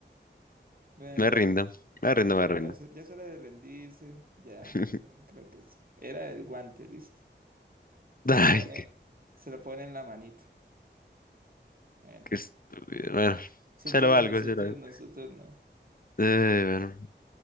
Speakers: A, on the right (about 50°); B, on the left (about 50°).
A: Bueno,
B: Me rindo, me
A: sí,
B: rindo, me rindo.
A: ya, es- ya es hora de rendirse. Ya,
B: <laughs>
A: yo también creo que sí. Era el guante, listo. Se
B: Ay,
A: lo pone,
B: qué,
A: se lo pone en la manito. Ven.
B: qué estúpido. Bueno,
A: Su
B: se
A: turno,
B: lo valgo,
A: su
B: se
A: turno,
B: lo valgo.
A: su turno.
B: Eh, bueno,